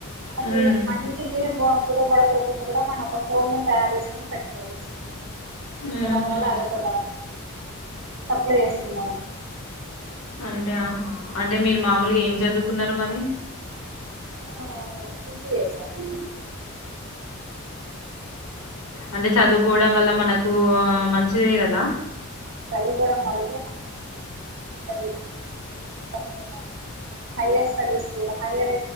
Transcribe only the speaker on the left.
మ్మ్
ఊహూ
అంటే ఆహా అంటే మీరు మామూలుగా ఏం చదువుకున్నారు మరి
అంటే చదువుకోవడం వల్ల మనకు మంచిదే కదా